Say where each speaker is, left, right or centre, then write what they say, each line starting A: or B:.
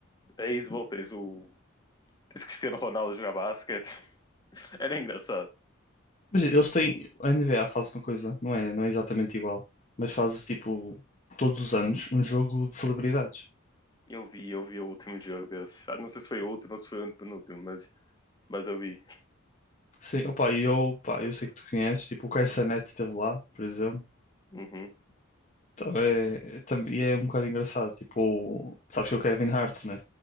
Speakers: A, on the left (about 20°); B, on the left (about 35°).
A: beisebol, tens o tens Cristiano Ronaldo a jogar basquete. <laughs> Era engraçado.
B: Mas eles têm. A NBA faz uma coisa, não é, não é exatamente igual, mas fazes tipo todos os anos um jogo de celebridades.
A: Eu vi, eu vi o último jogo desses. Ah, Não sei se foi o último ou se foi o antepenúltimo, mas, mas eu vi.
B: Sim, opa, e eu, pá, eu sei que tu conheces, tipo o Kai Cenat esteve lá, por exemplo.
A: Uhum,
B: Então é, é tam- e é um bocado engraçado. Tipo, o- sabes que é o Kevin Hart, né?